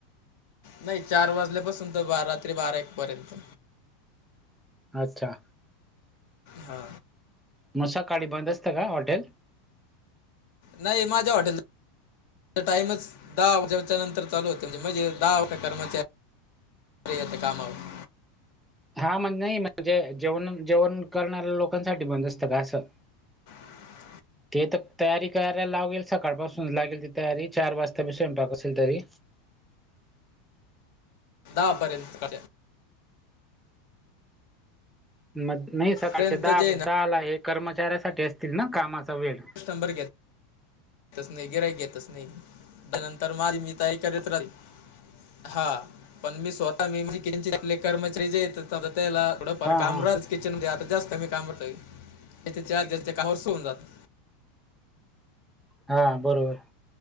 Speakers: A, on the left (about 65°); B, in the centre.
A: नाही चार वाजल्यापासून, तर बा रात्री बारा एक पर्यंत.
B: अच्छा.
A: हा.
B: मग सकाळी बंद असतं का हॉटेल?
A: नाही माझ्या हॉटेल ताईनच दहा वाजेच्या नंतर चालू होते म्हणजे दहा <unintelligible> कर्मचारी गेलं ते कामावर.
B: हा म्हणजे नाही म्हणजे जेवण जेवण करणाऱ्या लोकांसाठी मग नसतं का असं.
A: <inaudible>
B: ते तर तयारी करायला लागेल. सकाळपासून लागेल ती तयारी चार वाजता बी स्वयंपाक असेल तरी.
A: दहा पर्यंत सकाळचा.
B: नाही नाही सकाळचे
A: पर्यंत
B: दहा
A: जे आहे
B: दहाला हे कर्मचाऱ्यासाठी असतील ना कामाचा वेळ?
A: शंभर घेत येतंच नाही गिरायक येतच नाही, त्यानंतर माझी मी तयारी करीत राहिल. हा पण मी स्वतः मी <unintelligible> आपले कर्मचारी जे येत न्हवते त्याला. थोडं फार
B: हा
A: काम
B: हा
A: राहिल किचनमध्ये आता जास्त कमी काम होतंय. <unintelligible>
B: हा बरोबर.